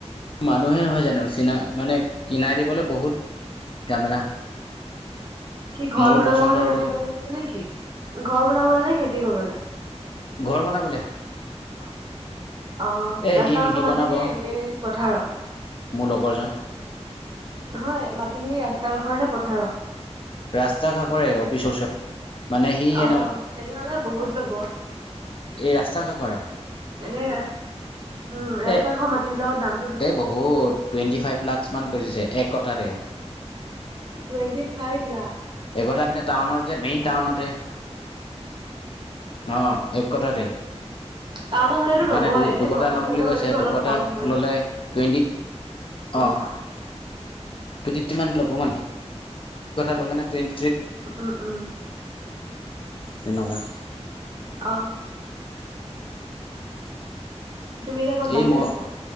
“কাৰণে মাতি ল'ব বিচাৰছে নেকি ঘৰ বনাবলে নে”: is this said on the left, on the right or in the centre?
Right